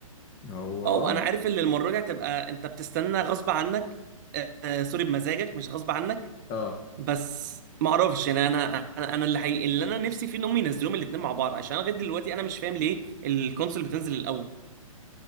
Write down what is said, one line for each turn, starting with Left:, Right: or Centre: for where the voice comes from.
Left: هو اه
Right: او انا عارف ان المرة دي هتبقى انت بتستنى غصب عنك آه آه، سوري بمزاجك مش غصب عنك
Left: اه
Right: بس ما اعرفش يعني انا انا انا اللي حقيقي اللي انا نفسي فيه ان هم ينزلوهم الاثنين مع بعض عشان أنا لغايه دلوقتي انا مش فاهم ليه الكونسول بتنزل الاول